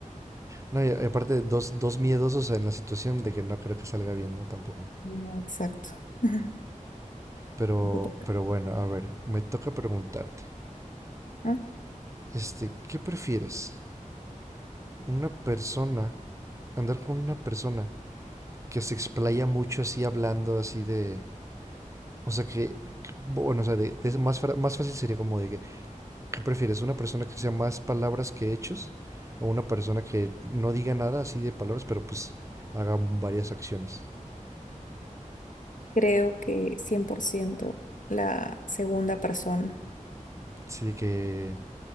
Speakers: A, on the right; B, on the left.
A: No, y y aparte, dos, dos miedosos en la situación de que no creo que salga bien, ¿no? Tampoco.
B: Ah, Exacto. <laughs>
A: Pero,
B: Te toca.
A: pero bueno, a ver, me toca preguntarte.
B: Ah,
A: Este, ¿qué prefieres? Una persona, andar con una persona que se explaya mucho así hablando así de... O sea que, bueno, o sea, de, de- más, fra- más fácil sería como de que ¿Qué prefieres? ¿Una persona que sea más palabras que hechos? ¿O una persona que no diga nada así de palabras, pero pues haga varias acciones?
B: Creo que 100% la segunda persona.
A: Así de que,